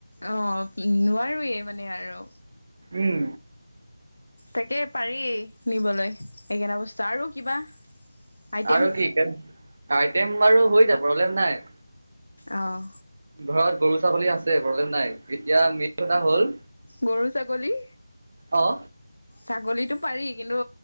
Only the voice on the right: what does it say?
উম
আৰু কি কেম আইটেম বাৰু হৈ যাব প্ৰব্লেম নাই।
ঘৰত গৰু ছাগলী আছে প্ৰব্লেম নাই, এতিয়া মেইন কথা হ'ল।
অহ।